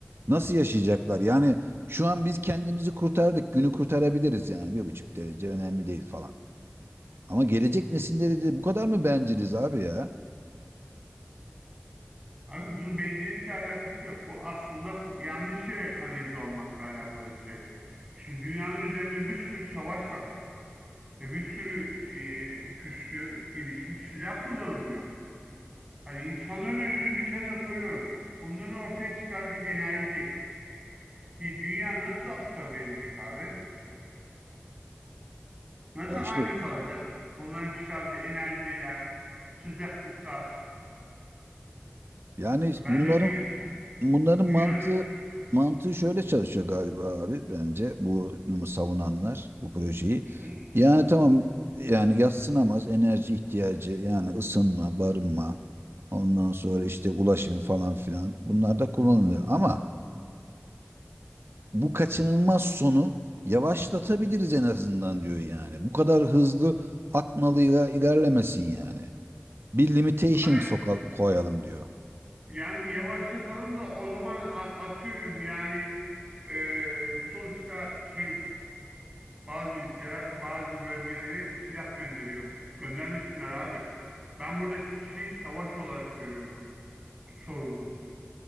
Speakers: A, on the right; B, on the right.
A: Nasıl yaşayacaklar? Yani şu an biz kendimizi kurtardık. Günü kurtarabiliriz yani. Bir buçuk derece önemli değil falan. Ama gelecek nesilleri de bu kadar mı benciliz abi ya?
B: abi bunun bencillikle alakası yok. Bu aslında f- yanlış yere kanalize olmakla alakalı bir şey. Şimdi dünyanın üzerinde bir sürü savaş var. Ve bir sürü e, güçlü, gelişmiş silah kullanılıyor. Hani insanların önemini bir kenara koyuyorum. Bunların ortaya çıkardığı enerji ki dünya nasıl absorbe edecek abi? Nasıl
A: Ya işte
B: aynı kalacak? Bunların çıkardığı enerjiler, sıcaklıklar,
A: yani
B: Bence
A: bunların
B: dünya,
A: Bunların
B: dünyadaki
A: mantığı mantığı şöyle çalışıyor galiba abi bence bu savunanlar bu projeyi.
B: hı hı.
A: Yani tamam yani yadsınamaz enerji ihtiyacı yani ısınma, barınma, ondan sonra işte ulaşım falan filan bunlar da kullanılıyor. Ama bu kaçınılmaz sonu yavaşlatabiliriz en azından diyor yani. Bu kadar hızlı atmalıyla ilerlemesin yani. Bir limitation
B: Abi
A: soka koyalım diyor.
B: yani yavaşlatalım da o zaman a- atıyorum yani e, sonuçta şey bazı ülkeler bazı bölgelere silah gönderiyor. Göndermesinler abi. Ben buradaki şeyi savaş olarak görüyorum sorunu.